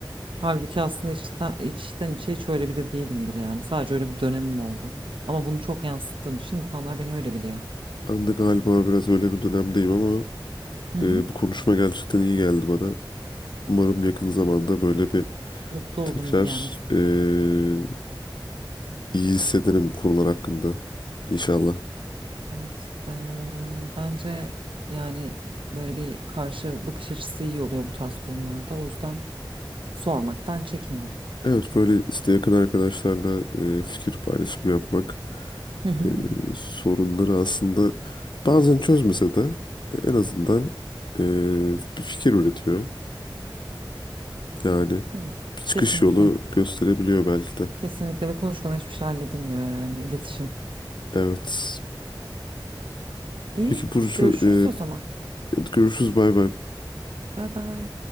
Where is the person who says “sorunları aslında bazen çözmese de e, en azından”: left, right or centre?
Left